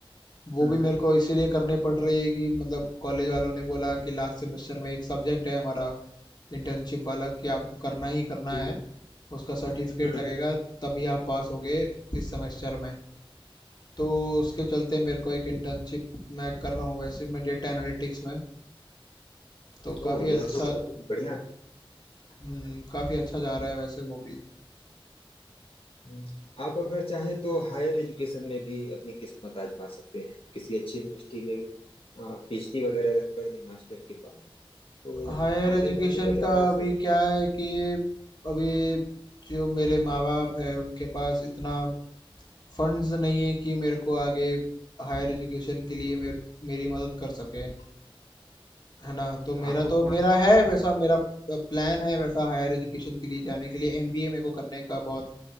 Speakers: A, on the left; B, on the left.
A: वो
B: हम्म
A: भी मेरे को इसीलिए करनी पड़ रही है कि मतलब कॉलेज वालों ने बोला कि लास्ट सेमेस्टर में एक सब्जेक्ट है हमारा इंटर्नशिप वाला कि आपको करना ही करना
B: जी
A: है उसका सर्टिफिकेट
B: हम्म
A: लगेगा तभी आप पास होगे इस सेमेस्टर में तो उसके चलते मेरे को एक इंटर्नशिप मैं कर रहा हूँ वैसे मैं डेटा एनालिटिक्स में तो काफ़ी
B: ओ यह
A: अच्छा
B: तो बहुत बढ़िया
A: हम्म, काफ़ी अच्छा जा रहा है वैसे वो भी
B: हम्म, आप अगर चाहें तो हायर एजुकेशन में भी अपनी किस्मत आजमा सकते हैं किसी अच्छी यूनिवर्सिटी में पीएचडी वगैरह अगर कर लें मास्टर के बाद तो
A: हायर एजुकेशन
B: आगे बढ़ने के ज्यादा
A: का
B: अवसर
A: अभी
B: हैं
A: क्या है कि अभी जो मेरे माँ बाप है उनके पास इतना फंड्स नहीं है कि मेरे को आगे हायर एजुकेशन के लिए मेरे मेरी मदद कर सके है ना तो मेरा
B: आपको
A: तो
B: पा-
A: मेरा है वैसा मेरा प्लान है वैसा हायर एजुकेशन
B: है।
A: के लिए जाने के लिए एमबीए मेरे को करने का बहुत